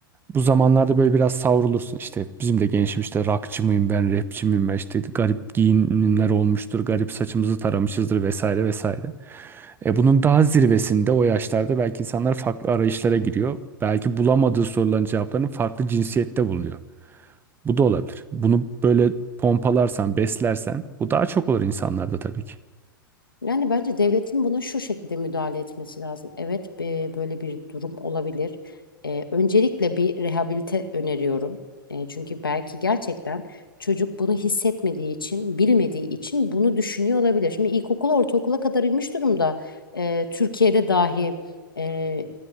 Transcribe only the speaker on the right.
Bu zamanlarda böyle biraz savrulursun. İşte bizim de gençim işte rockçı mıyım ben, rapçi miyim ben, işte garip giyinimler olmuştur, garip saçımızı taramışızdır vesaire vesaire. E bunun daha zirvesinde o yaşlarda belki insanlar farklı arayışlara giriyor. Belki bulamadığı soruların cevaplarını farklı cinsiyette buluyor. Bu da olabilir. Bunu böyle pompalarsan, beslersen bu daha çok olur insanlarda tabii ki.